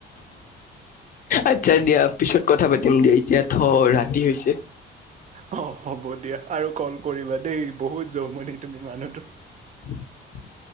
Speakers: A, on the left; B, on the right.
A: আচ্ছা' দিয়া পিছত কথা পাতিম দিয়া, এতিয়া থওঁ ৰাতি হৈছে।
B: অ', -হ'ব দিয়া আৰু ক'ল কৰিবা দেই, বহুত জমনি তুমি মানুহটো।
A: <unintelligible>